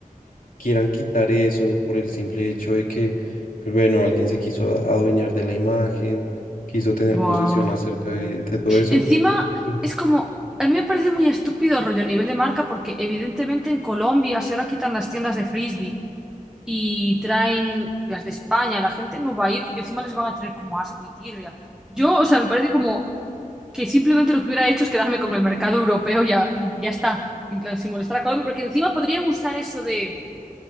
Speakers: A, on the left; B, in the centre.
A: quieran quitar eso por el simple hecho de que, pues bueno, alguien se quiso a- adueñar de la imagen, quiso tener
B: Buah.
A: posesión acerca de, de todo eso,
B: Encima
A: pues
B: es como, a mí me parece muy estúpido el rollo a nivel de marca porque evidentemente en Colombia si ahora quitan las tiendas de frisbee y traen las de España, la gente no va a ir porque encima les van a tener como asco y tirria. Yo, o sea, me parece como que simplemente lo que hubiera hecho es quedarme con el mercado europeo ya, y ya está, en plan, sin molestar a Colombia porque encima podrían usar eso de